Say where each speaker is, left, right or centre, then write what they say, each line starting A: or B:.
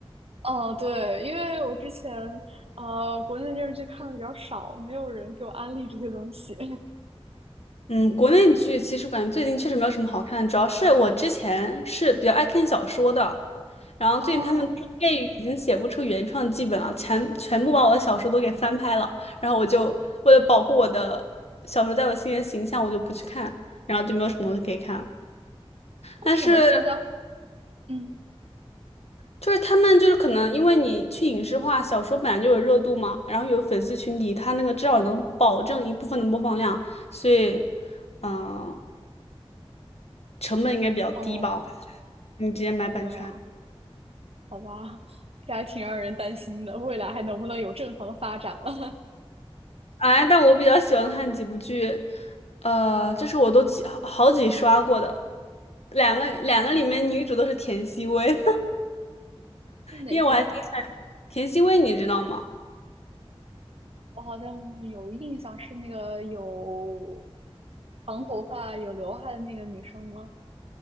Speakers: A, on the right; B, on the left.
A: 哦，对，因为我之前呃国内的电视剧看的比较少，没有人给我安利这些东西。<laughs>
B: 嗯，国内剧其实我感觉最近确实没有什么好看的，主要是我之前是比较爱看小说的，然后最近他们出电影已经写不出原创剧本了，
A: 哦，
B: 全全部把我的小说都给翻拍了，然后我就为了保护我的小说在我心里的形象，我就不去看，然后就没有什么东西可以看了。
A: 为什么现在？
B: 但是
A: 嗯，
B: 就是他们就是可能因为你去影视化，小说本来就有热度嘛，然后有粉丝群体，他那个至少能保证一部分的播放量，所以嗯、呃成本应该比较低吧。
A: 哦，
B: 你直接买版权。
A: 对样，好吧，这还挺让人担心的，未来还能不能有正常的发展了？
B: 哎，但我比较喜欢看几部剧，呃，这是我都几好几刷过的，两个两个里面女主都是田曦薇，<laughs>
A: <laughs> 是哪些剧？
B: 因为我还挺喜欢田曦薇，你知道吗？
A: 我好像有印象，是那个有长头发、有刘海的那个女生吗